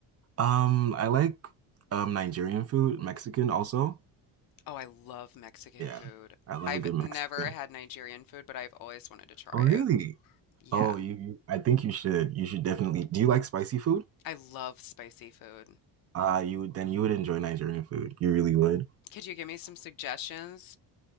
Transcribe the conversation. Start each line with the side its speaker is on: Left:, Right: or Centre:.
Right: Um, I like um Nigerian food, Mexican also.
Left: Oh, I love Mexican
Right: Yeah.
Left: food.
Right: I love
Left: I've
Right: a good Mexican.
Left: never had Nigerian food, but I've always wanted to try
Right: Oh, really?
Left: it. Yeah,
Right: Oh, you, you I think you should. You should definitely. Do you like spicy food?
Left: I love spicy food.
Right: Uh, you would- then you would enjoy Nigerian food. You really would.
Left: Could you give me some suggestions?